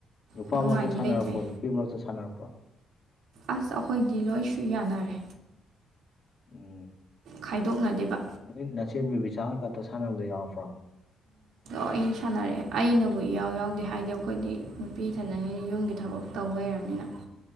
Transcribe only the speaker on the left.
ꯅꯨꯄꯥ
ꯃꯔꯛꯇ ꯁꯥꯟꯅꯔꯛꯄꯣ
ꯅꯨꯄꯤ ꯃꯔꯛꯇ ꯁꯥꯟꯅꯔꯛꯄ꯭ꯔꯣ
ꯎꯝ
ꯅꯃꯤꯠ ꯅꯆꯦ ꯕꯦꯕꯤꯆꯥ ꯍꯣꯏ ꯀꯥꯇ ꯁꯥꯟꯅꯕꯗ ꯌꯥꯎꯔꯕ꯭ꯔꯥ